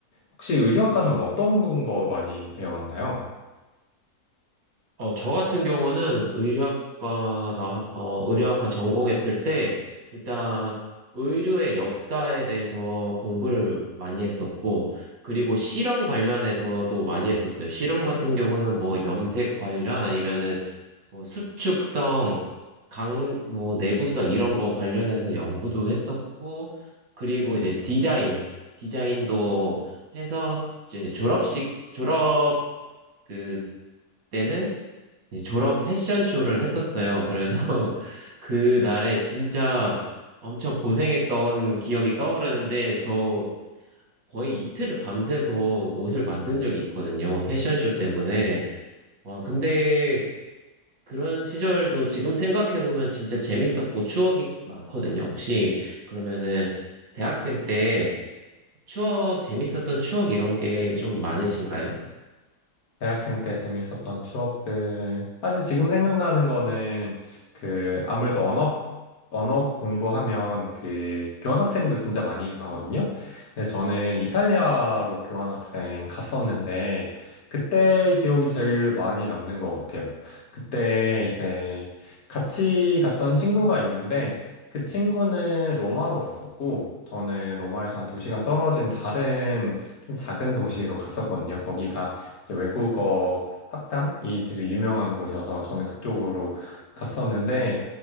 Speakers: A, on the left (about 70°); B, on the right (about 65°).
A: 혹시 의료학과는 어떤 거 많이 배웠나요?
B: 어, 저 같은 경우는 의료학과, 나, 어, 의료학과 전공했을 때, 일단 의료의 역사에 대해서 공부를 많이 했었고, 그리고 실험 관련해서도 많이 했었어요. 실험 같은 경우는 뭐 염색 관련 아니면은 뭐 수축성, 강, 뭐 내구성 이런 거 관련해서 연구도 했었고, 그리고 이제 디자인, 디자인도 해서 이제 졸업식, 졸업 그, 때는 이제 졸업 패션쇼를 했었어요. 그래서 <laughs> 그 날에 진짜 엄청 고생했던 기억이 떠오르는데 저 거의 이틀을 밤새서 옷을 만든 적이 있거든요. 패션쇼 때문에. 와, 근데 그런 시절도 지금 생각해보면 진짜 재밌었고 추억이 많거든요. 혹시 그러면은 대학생 때 추억, 재밌었던 추억 이런 게 좀 많으신가요?
A: 대학생 때 재밌었던 추억들. 사실 지금 생각나는 거는 그 아무래도 언어 언어 공부하면 그 교환학생도 진짜 많이 가거든요. 근데 저는 이탈리아로 교환학생 갔었는데 그때 기억이 제일 많이 남는 것 같아요. 그때 이제 같이 갔던 친구가 있는데 그 친구는 로마로 갔었고 저는 로마에서 한 두 시간 떨어진 다른 좀 작은 도시로 갔었거든요. 거기가 이제 외국어 학당이 되게 유명한 곳이어서 저는 그쪽으로 갔었는데